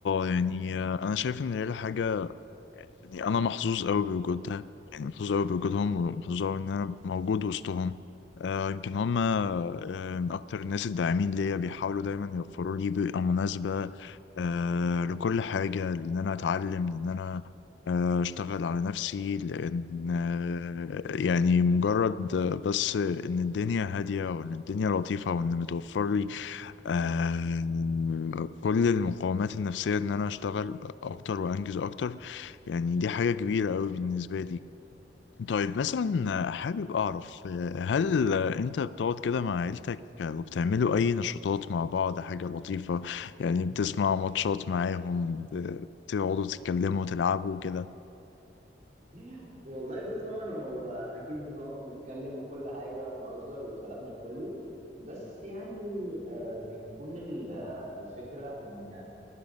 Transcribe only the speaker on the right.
<laughs> والله بص طبعا هو اكيد بنقعد نتكلم وكل حاجة ونهزر والكلام ده كله بس يعني آه بيكون ال- آه، الفكرة ان